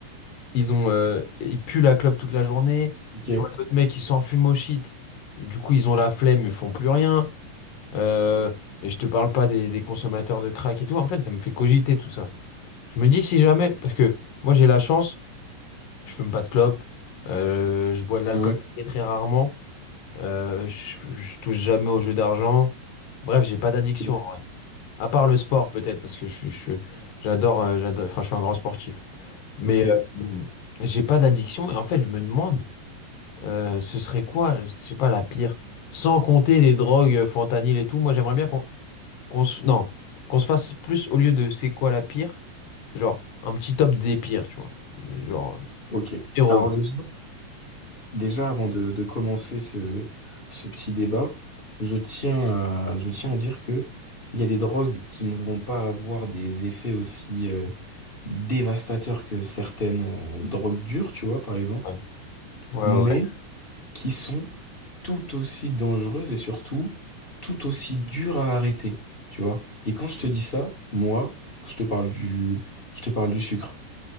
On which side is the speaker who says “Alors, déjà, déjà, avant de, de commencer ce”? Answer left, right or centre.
Left